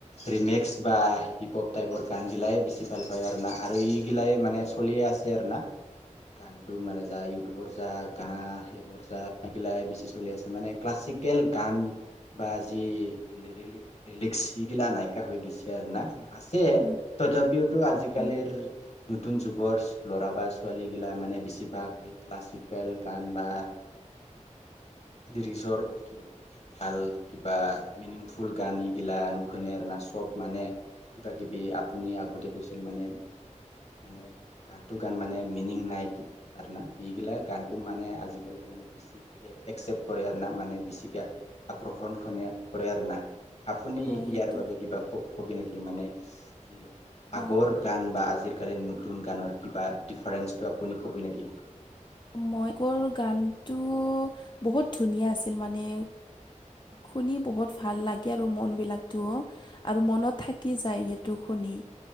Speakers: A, on the left; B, on the left.
A: ৰিমেক্স বা হিপ হপ টাইপৰ গান গিলাই বেছি ভাল পায় আৰু না আৰু ইগিলাই মানে। চলিয়ে আছে আৰু না। গানটো মানে যা ইউটিউবৰ যা গান আহিব যাগিলাই বেছি চলি আছে মানে। ক্লাচিকেল গান বা যি ৰিলিক্স সি গিলা নাইকা হৈ গৈছে আৰু না। আছে
B: উম,
A: তথাপিওতো আজিকালিৰ।
B: উম,
A: নতুন যুগৰ ল'ৰা বা ছোৱালীগিলা মানে বেছিভাগ ক্লাছিকেল গান বা। পিছৰ <unintelligible> ভাল কিবা মিনিংফুল গানগিলা নুশুনে আৰু না চব মানে। কিবা কিবি আপুনি আগতে কৈছিল মানে। নে গানটো গান মানে মিনিং নাই কি আৰু না এইগিলাক গানটো মানে আজিকালিৰ মানে বেছিকৈ একচেপ্ট কৰে আৰু না মানে বেছিকৈ আক্ৰহণখনে কৰে আৰু না। আপুনি
B: হয়
A: ইয়াৰ
B: এইটো
A: বাবে কিবা ক কবি নেকি মানে যি। আগৰ
B: অঁ
A: গান বা আজিকালি নতুন গানৰ কিবা ডিফাৰেঞ্চটো আপুনি কবি নেকি?
B: মই গানটো। বহুত ধুনীয়া আছিল মানে শুনি বহুত ভাল লাগে আৰু মনবিলাকতটো। আৰু মনত থাকি যায় সেইটো শুনি্।